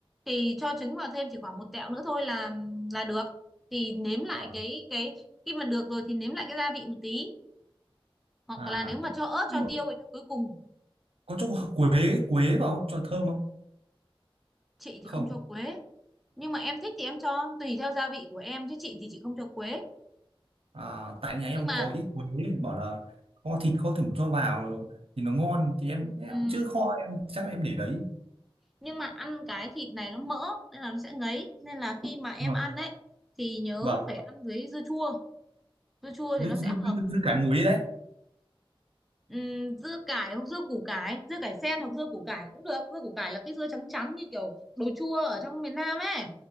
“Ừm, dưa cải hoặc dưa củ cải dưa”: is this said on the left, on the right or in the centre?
Centre